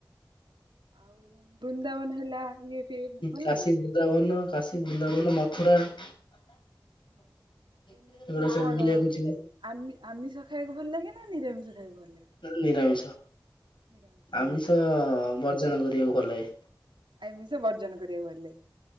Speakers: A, on the right (about 85°); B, on the left (about 85°).
A: ଆଉ ବୃନ୍ଦାବନ ହେଲା, ଇଏ ଫିଏ ଭଲ
B: କାଶୀ
A: ଲାଗେ।
B: ବୃନ୍ଦାବନ, କାଶୀ ବୃନ୍ଦାବନ ମଥୁରା। ଏଗୁଡା
A: ହଁ ତମକୁ
B: ସବୁ
A: କଣ
B: ବୁଲିବାକୁ ଯିବା।
A: ଆମି ଆମିଷ ଖାଇବାକୁ ଭଲ ଲାଗେ ନା, ନିରାମିଷ ଖାଇବା ଭଲ ଲାଗେ?
B: ମୋର ନିରାମିଷ
A: ନିରାମିଷ।
B: ଆମିଷ ବର୍ଜନ କରିବାକୁ ଭଲଲାଗେ।
A: ଆମିଷ ବର୍ଜନ କରିବାକୁ ଭଲ ଲାଗେ।